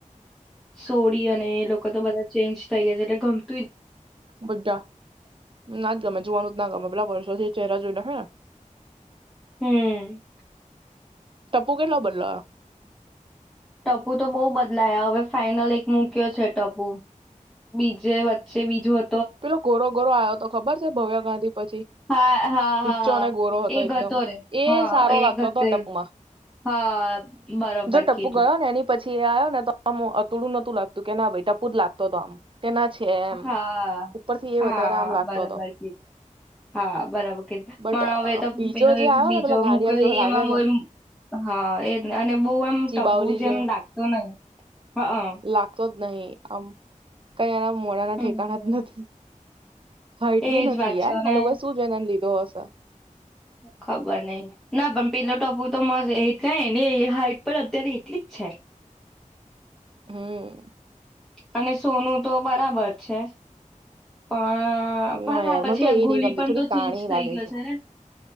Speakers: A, in the centre; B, on the right.
A: સોડી અને એ લોકો તો બધા ચેન્જ થઈ ગયા એટલે ગમ
B: બધા ના જ ગમે જોવાનું ના ગમે પેલા વર્ષોથી ચહેરા જોઈને હેને.
A: હમ્મ
B: ટપ્પુ કેટલો બદલાયો
A: ટપુ તો બહુ બદલાયા હવે ફાાઈનલ એક મૂક્યો છે ટપુ બીજે વચ્ચે બીજું
B: પેલો ગોરો ગોરો આવ્યો તો ખબર છે ભવ્ય ગાંધી. પછી
A: હા હા હા
B: ઊંચો
A: હા
B: અને ગોરો
A: એ હતો
B: એકદમ
A: રે
B: એ
A: હા
B: સારો
A: એ
B: લાગતો
A: હતો
B: ટપુમાં
A: હા બરોબર
B: જો ટપુ
A: કીધું.
B: ગયો ને એની પછી આવ્યો ને તો આમ અતુડું નતું લાગતું કે ના ભાઈ ટપુ જ લાગતો આમ. તેના છે એમ.
A: હા
B: ઉપરથી એ
A: હા
B: વધારે આમ લાગતો
A: બરાબર
B: હતો
A: કીધ હા બરાબર કીધી
B: બટ
A: પણ હવે તો
B: બીજો
A: પેલો
B: જે આવ્યો
A: બીજો
B: ને પેલા ગાંડિયા
A: મૂક
B: જેવો લાગે
A: એમાં
B: છે
A: હા એ જ અને બહુ આમ
B: ચીબાવલી
A: ટપવું જેમ
B: જેવો
A: લગાતો નહી હા.
B: લાગતો જ નહી આમ કઈ એના મોડાના
A: હમ
B: ઠેકાણા જ નથી. <inaudible> હાઈટ
A: એજ
B: બી નથી
A: વાત
B: યાર
A: છે અને
B: આ લોકોએ શું જોઈને એને લીધો હશે
A: ખબર નહી ના પણ પેલો ટપુ તો મ એટલે એની હાઈટ પણ અત્યારે એટલી જ છે.
B: હમ્મ
A: અને સોનું તો બરાબર છે. અ પણ
B: ના
A: હા
B: યાર
A: પછી
B: મને તો
A: આ
B: એ
A: ગોલી
B: નહી ગમતી
A: પણ
B: થોડી
A: તો
B: કાણી
A: ચેન્જ થઈ
B: લાગે
A: ગયો છે ને